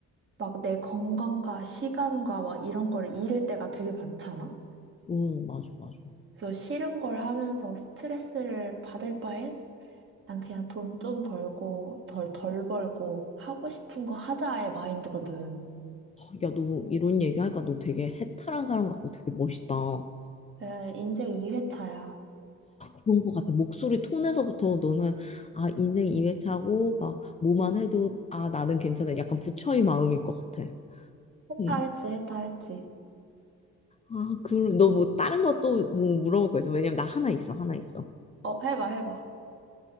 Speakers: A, on the right; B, on the left.
A: 막 내 건강과 시간과 막 이런 거를 잃을 때가 되게 많잖아?
B: 어, 맞아, 맞아.
A: 그래서 싫은 걸 하면서 스트레스를 받을 바엔 난 그냥 돈 좀 벌고 덜, 덜 벌고 하고 싶은 거 하자의 마인드거든.
B: 아, 야, 너 이런 얘기하니까 너 되게 해탈한 사람 같고 되게 멋있다. 아,
A: 에, 인생 2회차야.
B: 그런 것 같아. 목소리 톤에서부터 너는, 아, 인생 2회차고, 막, 뭐만 해도, 아, 나는 괜찮아. 약간 부처의 마음일 것 같아.
A: 해탈했지,
B: 응.
A: 해탈했지.
B: 아, 그럼 너 뭐 다른 것도 뭐 물어볼 거 있어? 왜냐면 나 하나 있어, 하나 있어.
A: 어, 해봐, 해봐.